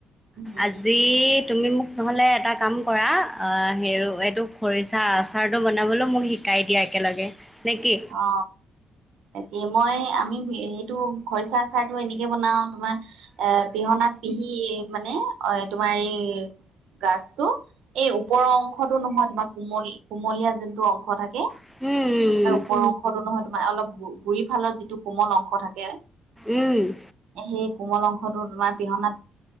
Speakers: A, on the right (about 80°); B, in the centre.
A: উম, উম,
B: আজি তুমি মোক নহ'লে এটা কাম কৰা অ হে এইটো খৰিচা আচাৰটো বনাবলৈও মোক শিকাই দিয়া একেলগে। নে কি
A: অ তাকে মই আমি সেইটো খৰিচা আচাৰটো এনেকে বনাও তোমাৰ এ পিহনাত পিহি মানে অ তোমাৰ এই গাজতটো এই ওপৰৰ অংশতটো নহয় তোমাৰ কোমল কুমলীয়া যোনটো অংশ থাকে।
B: উম উম উম্।
A: ওপৰ অংশ নহয় তোমাৰ অলপ গুৰি ফালৰ যিটো কোমল অংশ থাকে
B: উম
A: সেই কোমল অংশ তোমাৰ পিহনাত